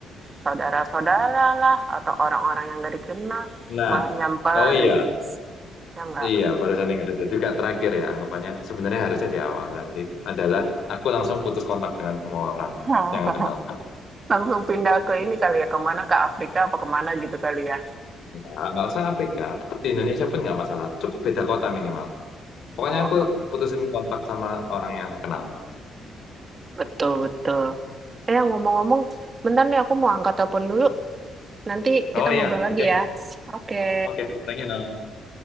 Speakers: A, on the right; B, on the left.
A: saudara-saudara lah atau orang-orang yang nggak dikenal
B: Nah,
A: malah nyamperin.
B: oh iya.
A: Ya nggak?
B: Iya, barusan ingat itu juga terakhir ya anggapannya. Sebenarnya harusnya di awal tadi adalah aku langsung putus kontak dengan semua orang
A: <laughs>
B: yang aku kenal.
A: Langsung pindah ke ini kali ya, kemana ke Afrika apa kemana gitu kali ya.
B: Nah, nggak usah Afrika, tetap di Indonesia pun nggak masalah. Cukup beda kota minimal. Pokoknya
A: Oh,
B: aku putusin kontak sama orang yang aku kenal.
A: betul, betul. Eh, ngomong-ngomong, bentar nih aku mau angkat telepon dulu. Nanti
B: Oh
A: kita ngobrol
B: iya, oke,
A: lagi ya. Oke.
B: oke, Thank you, Nong.